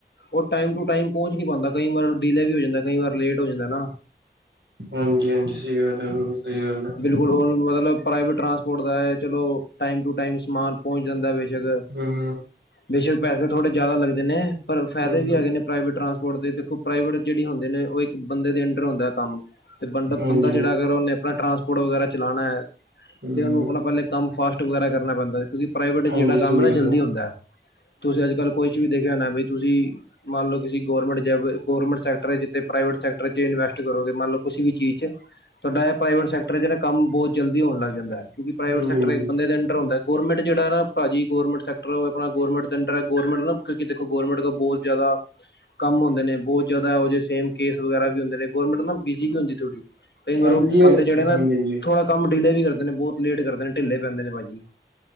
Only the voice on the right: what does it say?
ਹਾਂਜੀ, ਹਾਂਜੀ ਸਈ ਗਾੱਲ ਐ ਬਿਲਕੁਲ ਸਈ ਗਾੱਲ ਐ।
ਹਮ
ਹਮ
ਹਾਂਜੀ
ਹਮ
ਹਾਂਜੀ
ਸਹੀ
ਗੱਲ
ਹੈ
ਹਾਂਜੀ
ਹਾਂਜੀ
ਹਾਂਜੀ
ਹਾਂਜੀ
ਹਾਂਜੀ